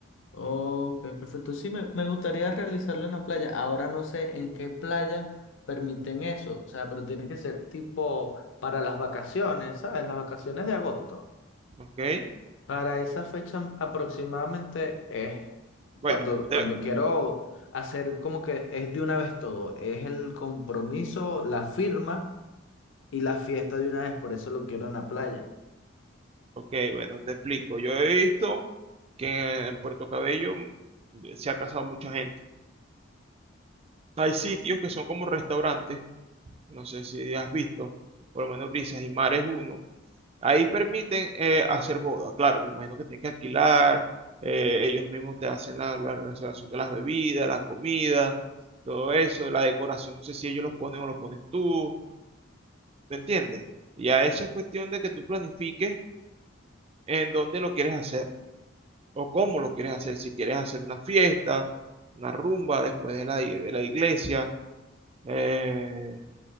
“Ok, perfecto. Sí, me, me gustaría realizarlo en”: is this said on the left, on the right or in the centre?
Left